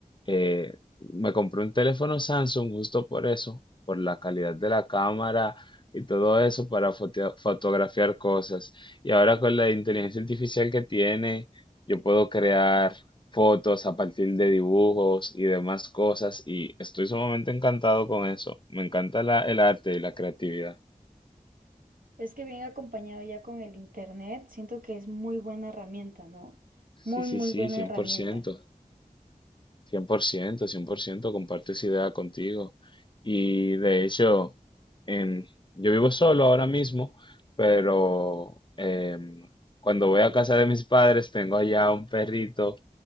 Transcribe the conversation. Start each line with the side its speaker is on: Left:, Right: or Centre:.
Left: eh, me compré un teléfono Samsung justo por eso, por la calidad de la cámara y todo eso para fotea- fotografiar cosas. Y ahora con la inteligencia artificial que tiene, yo puedo crear fotos a partir de dibujos y demás cosas. Y estoy sumamente encantado con eso. Me encanta la- el arte y la creatividad.
Right: Es que viene acompañado ya con el internet, siento que es muy buena herramienta, ¿no? Muy,
Left: Sí,
Right: muy
Left: sí, sí,
Right: buena
Left: cien
Right: herramienta.
Left: por ciento. cien cien por ciento cien por ciento comparto esa idea contigo. Y de hecho, em, yo vivo solo ahora mismo, pero em, cuando voy a casa de mis padres tengo allá un perrito